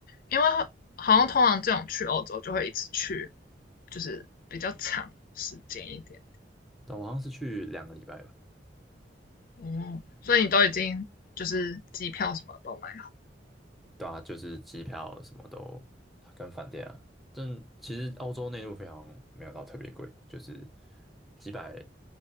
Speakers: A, on the left (about 55°); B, in the centre.
A: 因为好像通常这种去欧洲就会一直去，就是比较长时间一点。
B: 但我好像是去两个礼拜吧。
A: 哦，所以你都已经就是机票什么都买
B: 对啊，就是机票什么都跟饭店啊，但其实澳洲内陆非常没有到特别贵，就是几百